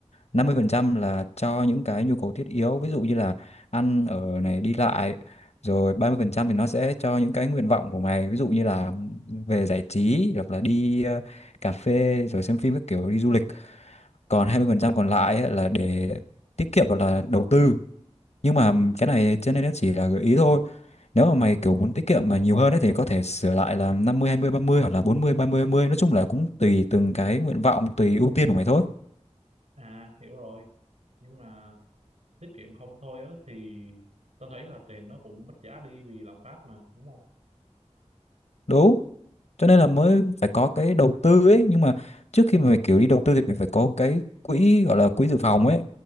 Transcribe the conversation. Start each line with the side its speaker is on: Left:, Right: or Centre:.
Left: năm mươi phần trăm là cho những cái nhu cầu thiết yếu ví dụ như là ăn ở này đi lại rồi 30% thì nó sẽ cho những cái nguyện vọng của mày ví dụ như là về giải trí hoặc là đi ờ, cà phê rồi xem phim các kiểu đi du lịch còn 20% còn lại ấy là để tiết kiệm hoặc là đầu tư nhưng mà cái này cho nên nó chỉ là gợi ý thôi nếu mà mày kiểu muốn tiết kiệm mà nhiều hơn ấy, thì có thể sửa lại là năm mươi hai mươi ba mươi hoặc là bốn mươi ba mươi hai mươi nói chung là cũng tùy từng cái nguyện vọng tùy ưu tiên của mày thôi
Right: à hiểu rồi nhưng mà tiết kiệm không thôi á thì tao thấy là tiền nó cũng mất giá đi vì lạm phát mà đúng không
Left: đúng cho nên là mới phải có cái đầu tư ấy nhưng mà trước khi mà mày kiểu đi đầu tư thì mày phải có cái quỹ gọi là quỹ dự phòng ấy